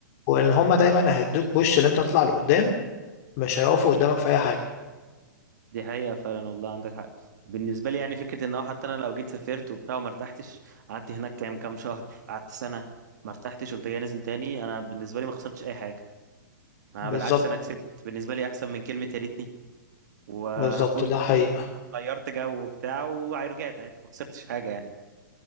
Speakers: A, on the left (about 40°); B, on the right (about 60°).
A: وان هما دايما هيدوك بوش اللي انت تطلع لقدام مش هيقفوا قدامك في اي حاجه
B: دي حقيقة فعلا والله عندك حق بالنسبة لي يعني فكرة ان هو حتى انا لو جيت سافرت وبتاع وما ارتحتش قعدت هناك كام كام شهر قعدت سنة ما ارتحتش وانت جاي نازل تاني انا بالنسبة لي ما خسرتش اي حاجة انا
A: بالظبط
B: بالعكس انا كسبت بالنسبة لي احسن من كلمة يا ريتني وهكون
A: بالظبط ده
B: برضه
A: حقيقه
B: غيرت جو وبتاع ورجعت عادي ما خسرتش حاجة يعني